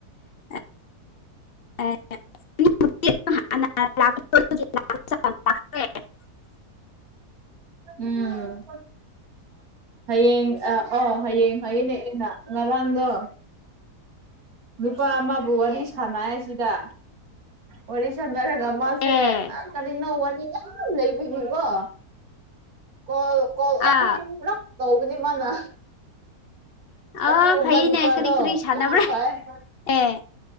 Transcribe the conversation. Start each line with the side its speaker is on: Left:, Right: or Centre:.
Left: ꯑ <unintelligible>
Right: ꯎꯝ ꯍꯌꯦꯡ ꯑ ꯑꯣ ꯍꯌꯦꯡ ꯍꯌꯦꯡꯅꯦ ꯑꯩꯅ ꯉꯔꯥꯡꯗꯣ ꯅꯨꯄꯥ ꯑꯃꯕꯨ ꯋꯥꯔꯤ ꯁꯥꯟꯅ ꯁꯤꯗ ꯋꯥꯔꯤ ꯁꯅ ꯅꯔꯔꯒꯃꯁꯦ
Left: ꯑꯦ
Right: ꯀꯔꯤ ꯅꯣ ꯋꯥꯅꯤ ꯌꯥꯝ ꯂꯩꯕꯒꯤꯀꯣ ꯀꫭꯜ ꯀꫭꯜ ꯑꯍꯨꯝ
Left: ꯑꯥ
Right: ꯂꯛ ꯇꯧꯕꯅꯤ ꯃꯥꯅ
Left: ꯑ
Right: ꯑꯁꯨ
Left: ꯐꯩꯅꯦ
Right: ꯃꯥꯏ ꯅꯨꯄꯥꯗꯣ
Left: ꯀꯔꯤ ꯀꯔꯤ ꯁꯥꯟꯅꯕ꯭ꯔꯥ
Right: ꯌꯥꯝ ꯍꯣꯏ <unintelligible>
Left: ꯑꯦ